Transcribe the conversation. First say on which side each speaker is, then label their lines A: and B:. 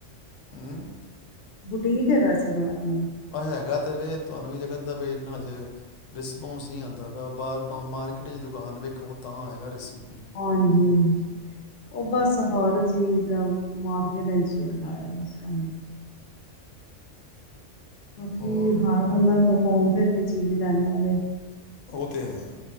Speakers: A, on the left; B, on the left.
A: ਹਮ
B: ਟੀਕ ਹੈਗਾ ਸੀ ਉਹਨਾਂ ਦਾ। ਆਪਣਾ
A: ਹਾਂ ਹੈਗਾ। ਤੇ ਵੀ ਤੁਹਾਨੂੰ ਵੀ ਨਹੀਂ ਕਹਿੰਦਾ ਪਿਆ ਇੰਨਾ ਹਜੇ ਰਿਸਪੋਂਸ ਨਹੀਂ ਆਉਂਦਾ ਵਾ ਬਾਹਰ ਬ ਮਾਰਕੀਟ ਚ ਦੁਕਾਨ ਵੇਖੋ ਤਾਂ ਆਇਗਾ ਰਿਸਪੋਂ
B: ਹਾਂਜੀ-ਹਾਂਜੀ ਉਹ ਬਸ ਹਾਰ ਚੀਜ਼ ਮਾਰਕੀਟ ਇਚ ਹੀ ਆਂਦਾ ਬਸ। <unintelligible> ਕਿਉਂਕਿ
A: ਹੋਰ
B: ਹਰ ਬੰਦਾ ਘੁੰਮ ਫਿਰ ਕੇ ਚੀਜ਼ ਲੈਂਦਾ ਵੇ।
A: ਉਹ ਤੇ ਹੈ।